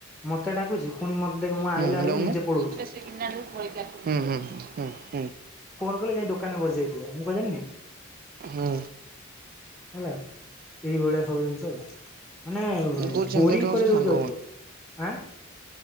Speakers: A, in the centre; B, on the right (about 45°).
A: ମତେ ଡାକୁଛି ପୁଣି ମତେ ଦେଖ ମୁଁ ଆଇଲା
B: ହୁଁ
A: ବେଳକୁ
B: ରହୁନୁ
A: ନିଜେ ପଳଉଛି
B: ହୁଁ ହୁଁ ହଁ ହଁ।
A: ମୁଁ କହିଲି ଯାଇ ଦୋକାନରେ ବସି ଯାଇଥିବ ମୁଁ କଣ ଜାଣିନି
B: ହୁଁ
A: ହେଲା ଏଇଭଳିଆ ସବୁ ଜିନିଷ ଆଉ। ମାନେ
B: ମୁଁ କହୁଛି
A: ପ୍ରିଣ୍ଟ
B: ଏମିତିଆ ପିଲାଙ୍କ
A: କରିବାକୁ
B: ସହ ସାଙ୍ଗ
A: ଯାଉଥିକ ଆଁ